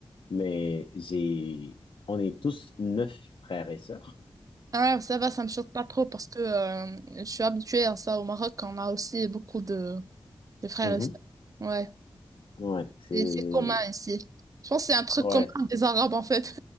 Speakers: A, on the left; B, on the right.
A: mais j'ai, on est tous neuf frères et sœurs.
B: Ah, ça va, ça me choque pas trop parce que euh, je suis habituée à ça au Maroc, on a aussi beaucoup de, de frères
A: Mhm.
B: et sœurs. Ouais,
A: Ouais, c'est,
B: et c'est commun ici. Je pense que c'est un truc
A: ouais,
B: commun des Arabes en fait.